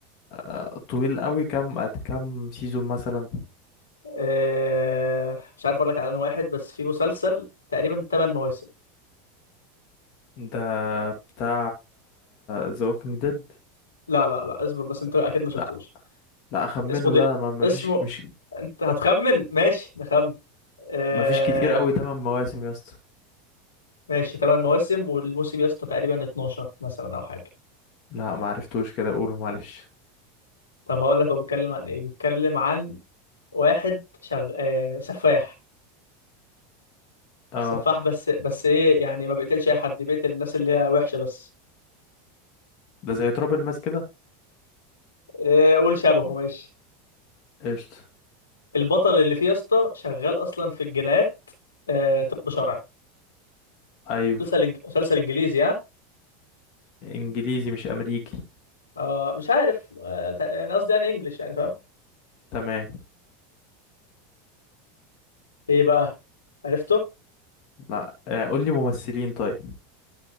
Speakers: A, on the left; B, on the left.
A: آه طويل قوي كام قد كام سيزون مثلا
B: اه... مش عارف اقول لك على انه واحد بس في مسلسل تقريبا 8 مواسم
A: ده بتاع ذا ووكينج ديد
B: لا لا لا اصبر بس انت اكيد ما شفتوش
A: لا لا اخمنه
B: اسمه دي...
A: ده ما ما
B: اسمه
A: فيش مش
B: انت هتخمن ماشي نخمن اه...
A: ما فيش كتير قوي تمن مواسم يا اسطى
B: ماشي 8 مواسم والموسم يا اسطى تقريبا 12 مثلا او حاجه
A: لا ما عرفتوش كده قوله معلش
B: طب هقول لك هو بيتكلم عن ايه بيتكلم عن واحد شغ... آه... سفاح
A: اه
B: سفاح بس بس ايه يعني ما بيقتلش اي حد بيقتل الناس اللي هي وحشه بس
A: ده زي تراب الماس كده
B: إيه قول شبهه ماشي
A: قشطه
B: البطل اللي فيه يا اسطى شغال اصلا في الجنايات آه... طب شرعي
A: ايوه
B: مسلسل إنج- مسلسل انجليزي ها
A: انجليزي مش امريكي
B: آه... مش عارف آه... تق- يعني قصدي يعني انجليش يعني فاهم
A: تمام
B: ايه بقى عرفته
A: لا آه، قول لي ممثلين طيب